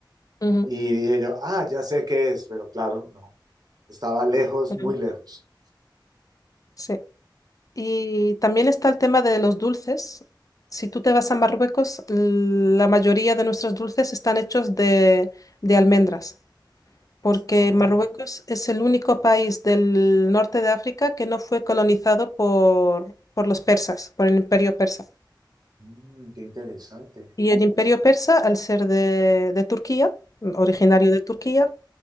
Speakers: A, on the left; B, on the right.
A: Ujú,
B: y dije yo, ah, ya sé qué es, pero claro, no, estaba lejos,
A: ujú.
B: muy lejos.
A: Sí. Y también está el tema de los dulces. Si tú te vas a Marruecos, la mayoría de nuestros dulces están hechos de, de almendras, porque
B: Ah,
A: Marruecos es el único país del norte de África que no fue colonizado por, por los persas, por el imperio persa.
B: mm, qué interesante.
A: Y el imperio persa, al ser de, de Turquía, originario de Turquía,